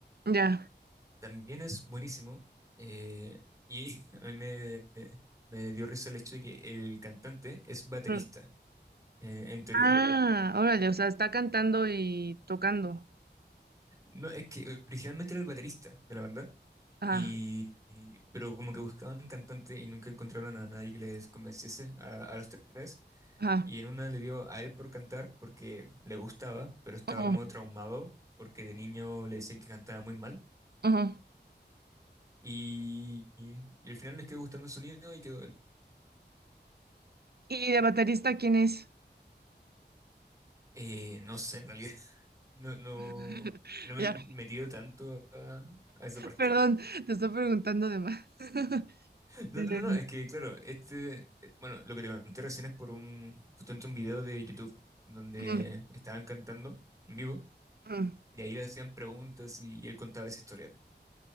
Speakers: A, on the right; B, on the right.
A: Ya.
B: También es buenísimo. eh, y <laughs> a mí me, me dio risa el hecho de que el cantante es baterista,
A: Ujú.
B: eh, en teoría.
A: Ah, órale, o sea, está cantando y tocando.
B: No, es que originalmente era el baterista de la banda.
A: Ajá,
B: Y, y- pero como que buscaban cantante y nunca encontraron a nadie que les convenciese a, a los tres.
A: ajá.
B: Y en una le dio a él por cantar porque le gustaba, pero estaba
A: ujú,
B: como traumado porque de niño le decían que cantaba muy mal.
A: ujú.
B: Y, y- y al final les quedó gustando el sonido y quedó él.
A: ¿Y de baterista quién es?
B: Eh, no sé, en realidad. <laughs> No, no,
A: <laughs>
B: no me
A: Ya,
B: he metido tanto a, a esa parte.
A: perdón, te estoy preguntando de más. <laughs>
B: <laughs> No,
A: Mm,
B: no, no, es que claro, este, eh, bueno, lo que te conté recién es por un, justamente un video de YouTube donde
A: mm,
B: estaban cantando en vivo
A: mm,
B: y ahí le hacían preguntas y, y él contaba esa historia.